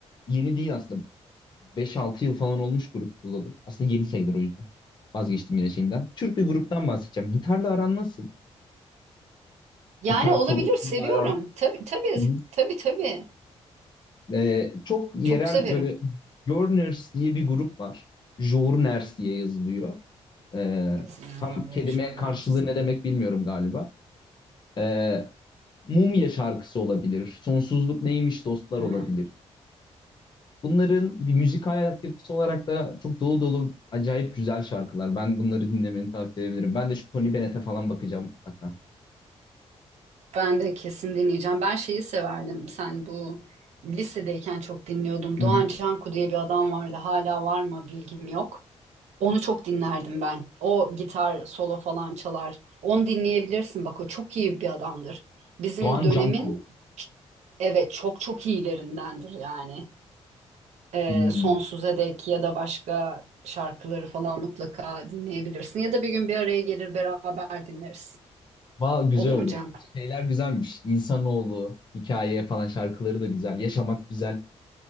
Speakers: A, on the left; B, on the right.
A: yeni değil aslında. Beş altı yıl falan olmuş grup kulladım. Aslında yeni sayılır o yüzden. Vazgeçtim yine şeyimden. Türk bir gruptan bahsedeceğim. Gitarla aran nasıl?
B: Yani
A: Gitar
B: olabilir
A: solosuyla
B: seviyorum.
A: aran.
B: Tabii tabii
A: Hı hı.
B: tabii tabii.
A: Ee, çok yerel
B: Çok severim.
A: böyle Jorners diye bir grup var. Jorners diye yazılıyor. Ee,
B: Yazıyorum
A: tam kelime
B: rejyonels.
A: karşılığı ne demek bilmiyorum galiba. Ee, Mumya şarkısı olabilir. Sonsuzluk neymiş dostlar
B: Ama
A: olabilir. Bunların bir müzikal altyapısı olarak da çok dolu dolu acayip güzel şarkılar. Ben bunları dinlemeni tavsiye edebilirim. Ben de şu Tony Bennett'e falan bakacağım mutlaka.
B: Ben de kesin dinleyeceğim. Ben şeyi severdim. Sen bu lisedeyken çok dinliyordum.
A: Hı
B: Doğan
A: hı.
B: Canku diye bir adam vardı. Hala var mı bilgim yok. Onu çok dinlerdim ben. O gitar solo falan çalar. Onu dinleyebilirsin. Bak o çok iyi bir adamdır. Bizim
A: Doğan
B: dönemin
A: Canku.
B: evet çok çok iyilerindendir yani. e,
A: Hmm.
B: sonsuza dek ya da başka şarkıları falan mutlaka dinleyebilirsin. Ya da bir gün bir araya gelir beraber dinleriz.
A: Va güzel
B: Olur
A: olur.
B: mu Can?
A: Şeyler güzelmiş. İnsanoğlu, hikaye falan şarkıları da güzel. Yaşamak güzel.